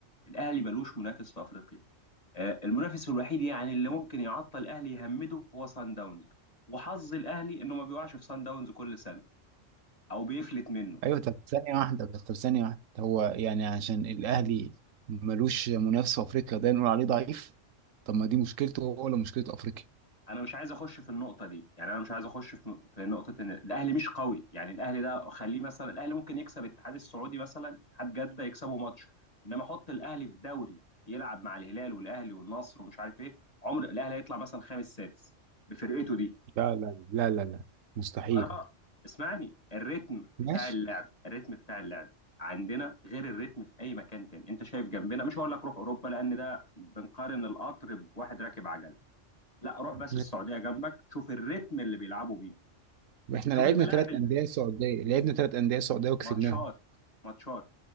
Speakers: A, on the left; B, on the right.
A: الاهلي ملوش منافس في افريقيا آه، المنافس الوحيد يعني اللي ممكن يعطل الاهلي يهمده هو سان داونز وحظ الاهلي انه ما بيقعش في سان داونز كل سنه او بيفلت منه
B: ايوه طب ثانيه واحده بس طب ثانيه واحده هو يعني عشان الاهلي ملوش منافس في افريقيا ده نقول عليه ضعيف طب ما دي مشكلته هو ولا مشكله افريقيا
A: انا مش عايز اخش في النقطه دي يعني انا مش عايز اخش في في نقطه ان الاهلي مش قوي يعني الاهلي ده خليه مثلا الاهلي ممكن يكسب الاتحاد السعودي مثلا اتحاد جده يكسبه ماتش انما حط الاهلي في دوري يلعب مع الهلال والاهلي والنصر ومش عارف ايه عمر الاهلي هيطلع مثلا خامس سادس بفرقته دي
B: لا لا لا لا لا مستحيل
A: انا اسمعني الريتم بتاع
B: ماشي
A: اللعب الريتم بتاع اللعب عندنا غير الريتم في اي مكان تاني انت شايف جنبنا مش هقول لك روح اوروبا لان ده بنقارن القطر بواحد راكب عجل لا روح بس
B: ماشي.
A: السعوديه جنبك شوف الريتم اللي بيلعبوا بيه
B: احنا
A: شوف
B: لعبنا
A: الملاعب
B: ثلاث
A: ال-
B: انديه سعوديه لعبنا ثلاث انديه سعوديه وكسبناهم
A: ماتشات ماتشات